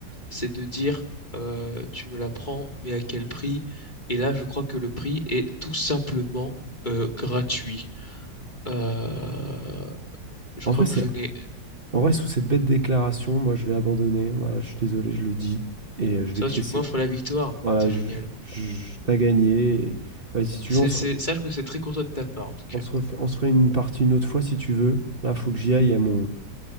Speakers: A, on the left; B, on the right.
A: c'est de dire euh, tu me la prends, mais à quel prix? Et là, je crois que le prix est tout simplement euh, gratuit. Euh, je
B: En
A: crois
B: vrai, c'est...
A: que je n'ai.
B: En vrai, sous cette bête déclaration, moi, je vais abandonner. Voilà, je suis désolé, je le dis. Et euh, je vais
A: Ça,
B: te
A: tu
B: laisser...
A: m'offres la victoire.
B: Voilà,
A: C'est
B: je...
A: génial.
B: je- t'as gagné. et Vas-y, si tu
A: C'est,
B: veux, on se...
A: c'est... Sache que c'est très content de ta part, en tout cas.
B: On se refait, on se fait une partie une autre fois si tu veux. Là, faut que j'y aille. Il y a mon,